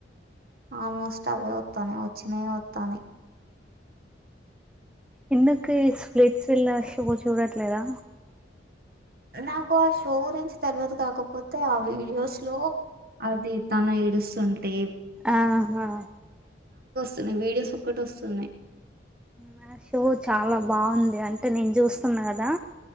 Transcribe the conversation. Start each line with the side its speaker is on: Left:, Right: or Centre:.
Right: ఆల్మోస్ట్ అవే వత్తాన్నాయి వచ్చినాయే వత్తాన్నయి
Centre: ఎందుకు ఈ స్లేట్స్ విల్ల షో చూడట్లేదా
Right: నాకు ఆ షో గురించి తెలువదు కాకపోతే ఆ వీడియోస్ లో అది తను ఏడుస్తుంటే
Centre: ఆహా
Right: కొన్ని వీడియోస్ ఒక్కటి వస్తున్నయ్
Centre: నా షో చాలా బాగుంది అంటే నేను చూస్తున్న గదా